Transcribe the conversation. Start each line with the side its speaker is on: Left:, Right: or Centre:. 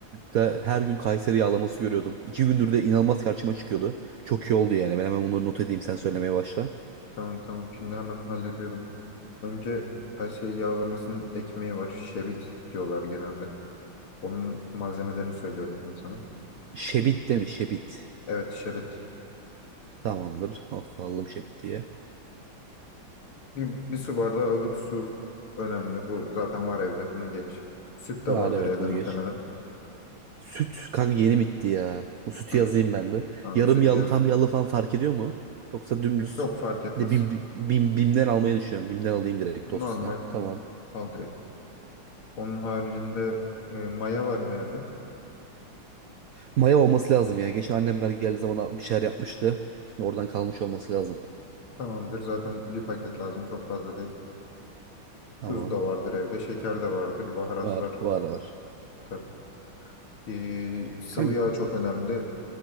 Right: da her gün Kayseri yağlaması görüyordum. İki gündür de inanılmaz karşıma çıkıyordu. Çok iyi oldu yani. Ben hemen bunları not edeyim sen söylemeye başla.
Left: Tamam tamam. Şimdi hemen hallediyorum. Önce Kayseri yağlamasının ekmeği var. Şebit diyorlar genelde. Onun malzemelerini söylüyorum şimdi sana.
Right: Şebit demiş Şebit.
Left: Evet şerbet.
Right: Tamamdır. Not aldım Şebit diye.
Left: Bir, bir su bardağı ılık su önemli. Bu zaten var evde. Bunu geç. Süt de
Right: Var
Left: vardır
Right: evet
Left: evde
Right: bunu
Left: muhtemelen.
Right: geç. Süt kanka yeni bitti ya. Bu sütü
Left: Ha,
Right: yazayım ben bir.
Left: tamam
Right: Yarım
Left: sütü
Right: yağlı
Left: yaz.
Right: tam yağlı falan fark ediyor mu? Yoksa dümdüz.
Left: Yok fark etmez.
Right: Bir de bim, bim, bimden almayı düşünüyorum. Bimden alayım direkt dost
Left: Normal
Right: ben. Tamam.
Left: al direkt. Onun haricinde e, maya var mı evde?
Right: Maya olması lazım ya. Geçen annemler geldiği zaman bir şeyler yapmıştı. Oradan kalmış olması lazım.
Left: Tamamdır. Zaten bir paket lazım. Çok fazla değil.
Right: Tamam.
Left: Tuz da vardır evde. Şeker de vardır. Baharatlar
Right: Var var var.
Left: tabii. Ee, sıvı
Right: Kanka
Left: yağ çok önemli.